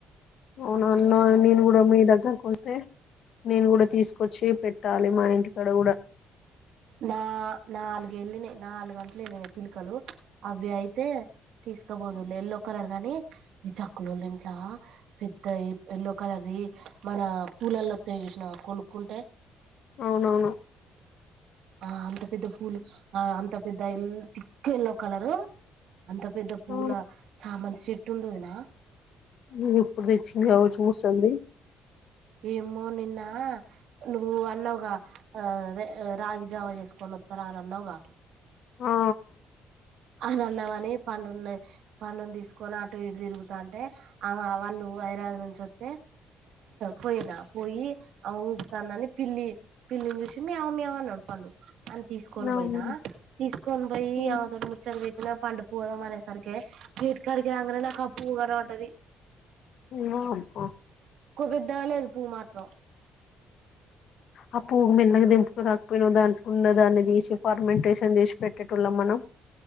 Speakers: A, on the left; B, on the right.
A: అవునా అన్నవ్ నేను కూడా మీ దగ్గరకొస్తే నేను కూడా తీసుకొచ్చి పెట్ టాలి మా ఇంటికాడ కూడ
B: నా నాలుగేళ్ళినయి నాలుగంటలు ఏళ్ళినయి పిలకలు అవి అయితే తీసుకబోదులే ఏల్లో కలర్ గాని ఈ చాకలోల్ల ఇంట్ల పెద్ద ఎల్లో కలర్ది మన పుల్లల్లా ఒత్తయి చూసినవ కొనుక్కుంటే
A: అవునవును
B: ఆ అంత పెద్ద పూలు ఆ అంత పెద్ద ఎల్ ఎల్లో కలరు అంత పెద్ద పూల
A: ఆ
B: చామం చెట్టు ఉంది వదిన
A: మీ ఇప్పుడు తెచ్చింది కావచ్చు ముసల్ది
B: ఏమో నిన్న నువ్వు అన్నావుగా ఆ అదే రాగి జావా చేసుకొని వస్తారా అని అన్నావుగా
A: ఆ
B: అని అన్నవని పండుని పండును తీసుకొని అటు ఇటు తిరుగుతా అంటే ఆవా వాళ్ళు హైదరాబాద్ నుంచి వస్తే పోయిన పోయి ఆమె ఊపుతాందని పిల్లి పిల్లిని చూసి మ్యావ్ మ్యావ్ అన్నడు పండు అని తీసుకొని
A: అవును
B: పోయినా తీసుకొని పోయి
A: హ్మ్.
B: అమేతోని ము పెట్టినా పండు పోదాం అనేసరికి గేట్ కాడికి రాంగనే నాకు ఆ పువ్వు కనవడ్డిది
A: ఏవో పో
B: కొ పెద్దగా లేదు పువ్వు మాత్రం
A: ఆ పువ్వు మెల్లగా తెంపుకు రాకపోయినావ్ దానికి ఉన్న దాన్ని తీసి ఫర్మెంటేషన్ చేసి పెట్టేటోళ్ళం మనం